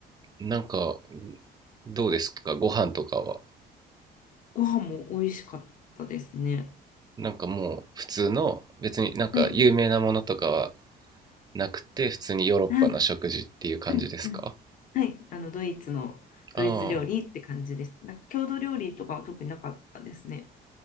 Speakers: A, on the right (about 25°); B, on the left (about 50°).
A: なんか、どうですか、ご飯とかは。
B: ご飯も美味しかったですね。
A: なんかもう普通の、別になんか有名なものとかは
B: はい、
A: なくて、普通にヨーロッパの食事っていう感じですか
B: はい、うんうん、はい、あのドイツのドイツ料理って感じです。
A: ああ、
B: なんか郷土料理とかは特になかったですね。